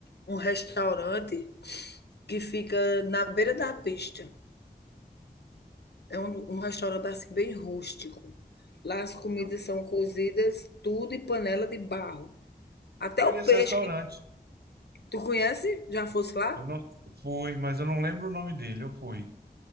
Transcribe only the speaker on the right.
Eu
fui
nesse
restaurante.
Eu não fui, mas eu não lembro o nome dele. Eu fui.